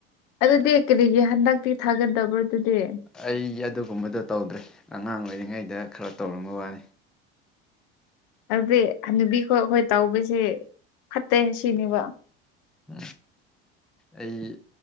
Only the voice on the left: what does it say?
ꯑꯗꯨꯗꯤ ꯀꯔꯤꯒꯤ ꯍꯟꯗꯛꯇꯤ ꯊꯥꯒꯟꯗꯕ꯭ꯔ ꯑꯗꯨꯗꯤ
<inaudible> ꯑꯗꯨꯗꯤ ꯍꯟꯅꯨꯕꯤꯈꯣꯏ ꯑꯩꯈꯣꯏ ꯇꯧꯕꯁꯦ ꯐꯠꯇꯦ ꯁꯤꯅꯦꯕ <inaudible>